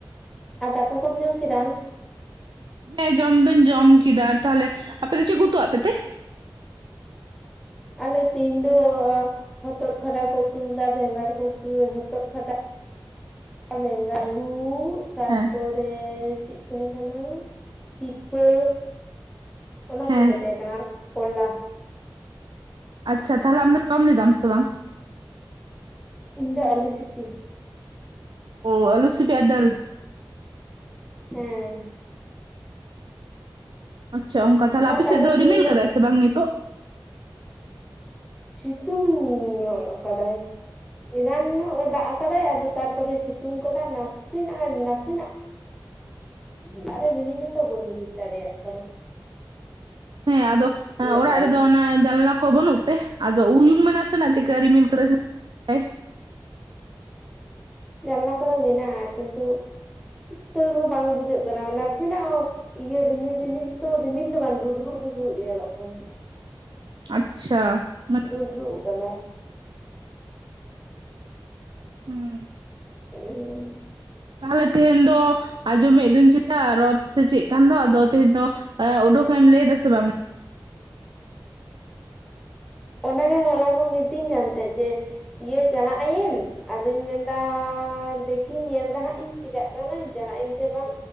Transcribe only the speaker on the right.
ᱦᱮᱸ ᱡᱚᱢ ᱫᱩᱧ ᱡᱚᱢ ᱠᱮᱫᱟ ᱛᱟᱦᱞᱮ ᱟᱯᱮ ᱫᱚ ᱪᱮᱜ ᱠᱚ ᱩᱛᱩ ᱟᱜ ᱯᱮᱛᱮ?
ᱦᱮᱸ
ᱦᱮᱸ
ᱟᱪᱪᱷᱟ ᱛᱟᱦᱚᱞᱮ ᱟᱢ ᱫᱚ ᱡᱚᱢ ᱞᱮᱫᱟᱢ ᱥᱮ ᱵᱟᱝ?
ᱚ ᱟᱞᱩᱥᱤᱯᱤ ᱟᱨ ᱰᱟᱞ
ᱟᱪᱪᱷᱟ ᱚᱸᱠᱟ ᱛᱟᱦᱞᱮ
ᱟᱯᱮᱥᱮᱫ
ᱫᱚ
ᱨᱤᱢᱤᱞ
ᱠᱟᱫᱟᱭ ᱥᱮ ᱵᱟᱝ ᱱᱤᱛᱚᱜ?
ᱦᱮᱸ ᱟᱫᱚ
ᱚᱲᱟᱜ
ᱨᱮᱫᱚ
ᱚᱱᱟ ᱡᱟᱱᱟᱞᱟ ᱵᱟᱹᱱᱩᱜ ᱛᱮ ᱟᱫᱚ ᱩᱭᱩᱝ ᱢᱮ ᱥᱟᱮ ᱱᱟᱜ ᱪᱮᱜᱠᱟ ᱨᱤᱢᱤᱞ ᱠᱟᱫᱟᱭ ᱥᱮ ᱮ
ᱟᱪᱪᱷᱟ ᱢᱟᱱᱮ
ᱦᱩᱸ
ᱛᱟᱦᱚᱞᱮ ᱛᱮᱦᱮᱧ ᱫᱚ ᱟᱸᱡᱚᱢᱮᱫ ᱫᱚᱧ ᱪᱮᱛᱟ ᱨᱚᱛ ᱥᱮ ᱪᱮᱜ ᱠᱟᱱ ᱫᱚ ᱟᱫᱚ ᱛᱮᱦᱮᱧ ᱫᱚ ᱩᱰᱩᱠᱮ ᱮᱢ ᱞᱟᱹᱭ ᱫᱟ ᱥᱮ ᱵᱟᱢ?